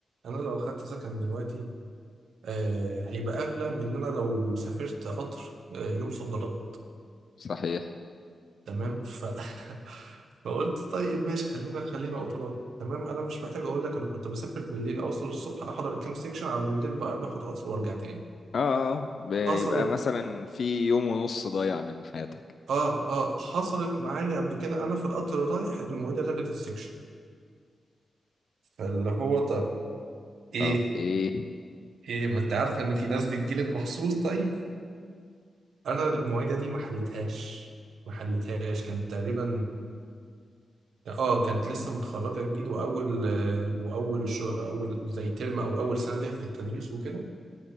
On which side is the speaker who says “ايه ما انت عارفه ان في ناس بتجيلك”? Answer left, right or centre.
Right